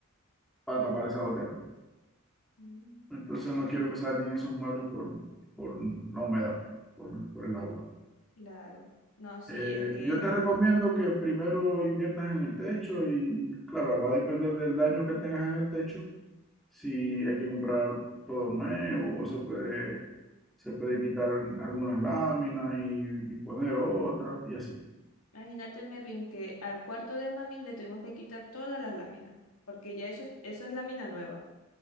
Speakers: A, in the centre; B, on the left.
A: para tapar esa gotera.
B: Mm,
A: Entonces no quiero que se dañen esos muebles por, por la humedad, pues, por, por el agua.
B: claro. No, sí,
A: Eh,
B: es que
A: yo te recomiendo que primero inviertas en el techo y claro, va a depender del daño que tengas en el techo si hay que comprar todo nuevo o se puede, se puede quitar algunas láminas y, y poner otras y así.
B: imagínate, Mervin, que al cuarto de mami le tuvimos que quitar todas las láminas, porque ya eso es, eso es lámina nueva,